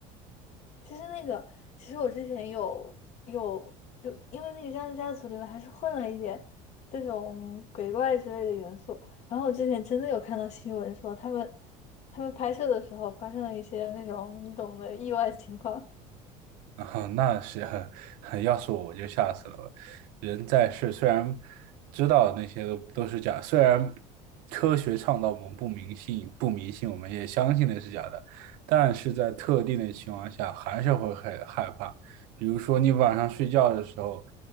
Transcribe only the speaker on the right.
啊，那是很，<laughs> 要是我我就吓死了。人在世，虽然知道那些都都是假，虽然科学倡导我们不迷信，不迷信，我们也相信那是假的，但是在特定的情况下，还是会很害怕。比如说，你晚上睡觉的时候，